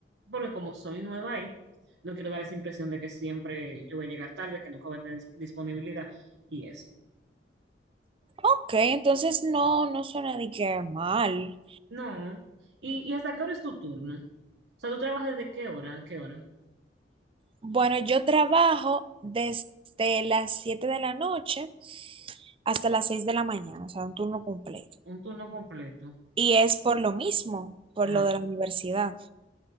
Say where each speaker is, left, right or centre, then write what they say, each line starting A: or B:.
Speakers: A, on the right (about 70°); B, on the right (about 30°).
A: porque como soy nueva ahí, no quiero dar esa impresión de que siempre yo voy a llegar tarde, que nunca voy a tener dis- disponibilidad y eso.
B: Ok, entonces no, no suena de que mal.
A: No. ¿Y, y hasta qué hora es tu turno? O sea, ¿tú trabajas desde qué hora? a ¿Qué hora?
B: Bueno, yo trabajo desde las 7 de la noche hasta las 6 de la mañana, o sea, un turno completo.
A: Un turno completo.
B: Y es por lo mismo, por
A: Ajá.
B: lo de la universidad.